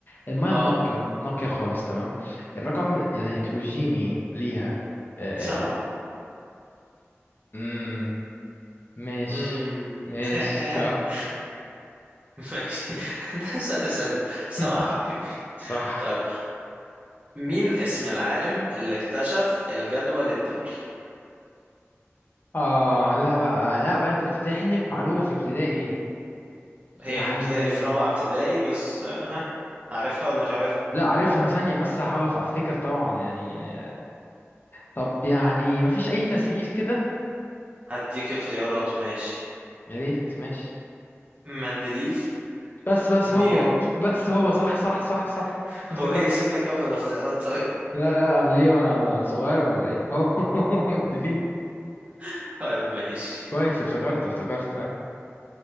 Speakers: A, on the left; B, on the right.
A: المية
B: اه
A: النقية نقية خالص تمام الرقم الهيدروجيني ليها آه،
B: سبعة
A: ال... مم، ماشي
B: امم
A: ماشي
B: <laughs>
A: صح
B: ماشي انت لسه هتسأل
A: <laughs>
B: سبعة يا حبيبي
A: صح
B: طيب مين اسم العالم اللي اكتشف الجدول الدوري
A: اه لا بقى لا بقى انت بتمتحني في معلومة في ابتدائي
B: هي
A: يعني
B: في ابتدائي في رابعة ابتدائي بس آه، ها عارفها ولا مش عارفها
A: لا عارفها ثانية بس هحاول افتكر طبعا يعني طب يعني مفيش أي تسهيل كده
B: هديك اختيارات ماشي
A: يا ريت ماشي
B: مندليف
A: بس بس
B: نيوت
A: هو بس هو صح صح صح صح
B: <laughs>
A: افتكرت
B: هو إيه، سيبنا اكمل الاختيارات طيب
A: لا لا أه، ليه وأنا صغير ولا إيه <laughs> هو مدريد
B: <laughs> طيب ماشي
A: كويس افتكرت افتكرت أيوة